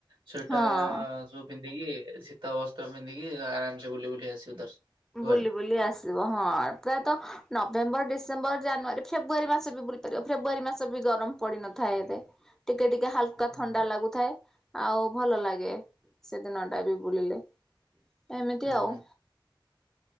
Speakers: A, on the right; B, in the centre.
A: ସୁଇଟର
B: ହଁ
A: ସ ପିନ୍ଧିକି ଶୀତ ବସ୍ତ୍ର ପିନ୍ଧିକି ଆରାମ ସେ ବୁଲି ବୁଲି ଆସିବୁ କୁଆଡେ
B: ବୁ ବୁଲି ଆସ ସିବ ହଁ ପ୍ରାୟତଃ ନଭେମ୍ବର ଡିସେମ୍ବର ଜାନୁଆରୀ ଫେବୃୟରୀ ମାସ ବି ବୁଲିପାରିବ ଫେବୃୟରୀ ମାସ ବି ଗରମ ପଡି ନଥାଏ ଏବେ ଟିକେ ଟିକେ ହାଲ୍କା
A: ହୁଁ
B: ଥଣ୍ଡା ଲାଗୁଥାଏ ଆଉ ଭଲ ଲାଗେ ସେଦିନ ଟା ବି ବୁଲିଲେ ଏମିତି
A: ହୁଁ
B: ଆଉ